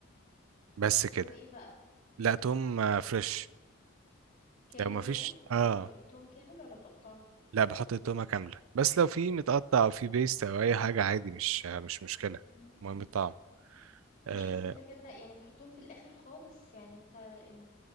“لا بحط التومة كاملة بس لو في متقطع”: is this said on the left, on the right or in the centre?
Right